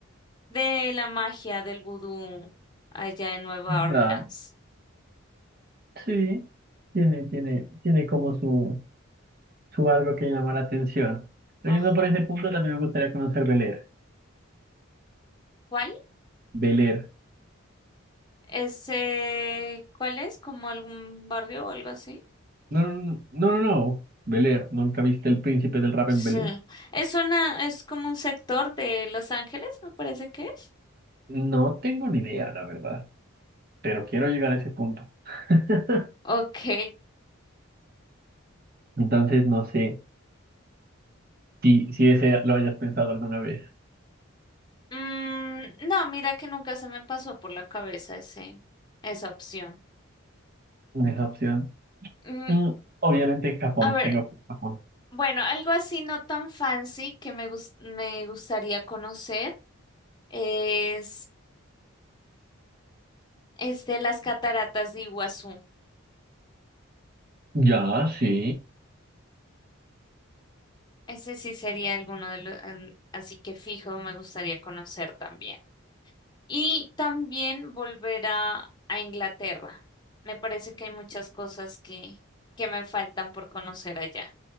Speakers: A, on the left; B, on the right.
A: de la magia del vudú allá en Nueva Orleans.
B: Ya, sí, tiene, tiene, tiene como su, su algo que llama la atención. Pero
A: Ajá.
B: yendo por ese punto, también me gustaría conocer Bel Air.
A: ¿Cuál?
B: Bel Air.
A: Ese, ¿cuál es? ¿Como algún barrio o algo así?
B: No, no, no, no, no, no. Bel-Air, ¿nunca viste El Príncipe del Rap
A: Sí.
B: en Bel-Air?
A: Es una, es como un sector de Los Ángeles, me parece que es.
B: No tengo ni idea, la verdad, pero quiero llegar a ese punto. <laughs>
A: Ok.
B: Entonces, no sé si, si ese lo hayas pensado alguna vez,
A: Mm, no, mira que nunca se me pasó por la cabeza ese, esa opción.
B: esa opción.
A: Mm,
B: Mm, obviamente Japón,
A: a ver,
B: tengo que- Japón.
A: bueno, algo así no tan fancy que me gus- me gustaría conocer es este, las cataratas de Iguazú.
B: Ya, sí.
A: Ese sí sería alguno de los, así que fijo, me gustaría conocer también. Y también volver a, a Inglaterra. Me parece que hay muchas cosas que, que me faltan por conocer allá.